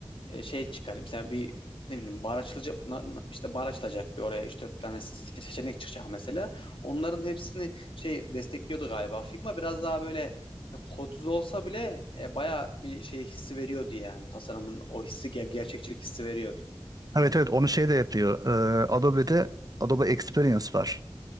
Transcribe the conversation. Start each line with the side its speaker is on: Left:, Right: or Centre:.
Left: e, şey çıkar. Mesela bir ne bileyim bar açılacak na- na- işte bar açılacak bir oraya 3-4 tane se- seçenek çıkacak mesela. Onların hepsini şey destekliyordu galiba. Figma biraz daha böyle e, kodsuz olsa bile e, baya bir şey hissi veriyordu yani. Tasarımın o hissi ger- gerçekçilik hissi veriyordu.
Right: evet evet onu şey de yapıyor. Ee, Adobe'de Adobe Experience var.